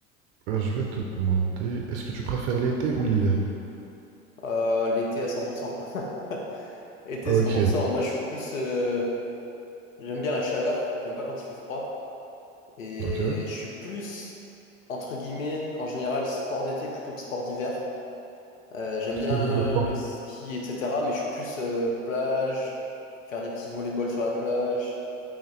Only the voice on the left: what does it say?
Euh, l'été à 100%. <laughs> Été
100%, moi je suis plus... euh, j'aime bien la chaleur, j'aime pas quand il fait froid. Et
je suis plus, entre guillemets, en général, sport d'été plutôt que sport d'hiver. Euh, j'aime
bien
le ski, etc. Mais je suis plus euh, plage, faire des petits volley-ball sur la plage.